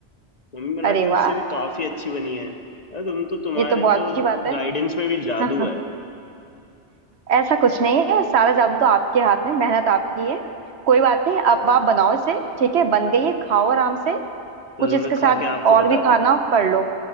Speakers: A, on the left (about 40°); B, on the right (about 70°).
A: मम्मी बनाती
B: अरे
A: है उससे
B: वाह
A: भी काफी अच्छी बनी है अरे तुम तो तुम्हारे
B: ये तो बहुत
A: तो
B: अच्छी बात है
A: गाइडेंस में भी जादू
B: <laughs>
A: है
B: ऐसा कुछ नहीं है सारा जादू तो आपके हाथ में मेहनत आपकी है कोई बात नहीं अब आप बनाओ इसे ठीक है बन गई है खाओ आराम से कुछ
A: चलो
B: इसके
A: मैं खा
B: साथ
A: के आपको
B: और
A: बताता
B: भी खाना
A: हूँ
B: कर लो